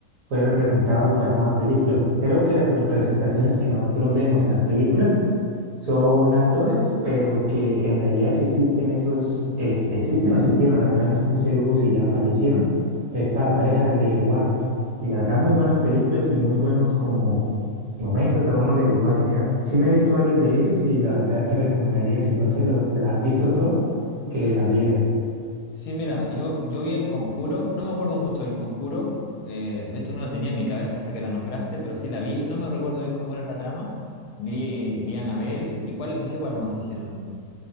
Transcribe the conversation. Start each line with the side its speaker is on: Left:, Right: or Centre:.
Right: fue representado y plasmado en películas. Creo que las representaciones que nosotros vemos en las películas son actores, pero que en realidad sí existen esos, es- existen o existieron, la verdad no estoy muy seguro si ya fallecieron, esta pareja
Left: wow.
Right: de Warrington. Y la verdad muy buenas películas y muy buenos como momentos a uno le llegó a generar. Sí me he visto varios de ellos y la verdad te recomendaría, si no se lo, te las has visto todas, que las vieras.
Left: Sí, mira, yo, yo vi El Conjuro, no me acuerdo mucho del Conjuro, eh, de hecho no la tenía en mi cabeza hasta que la nombraste, pero sí la vi, no me recuerdo bien cómo era la trama. Vi, vi Anabel y cuál, no sé cuál más hicieron.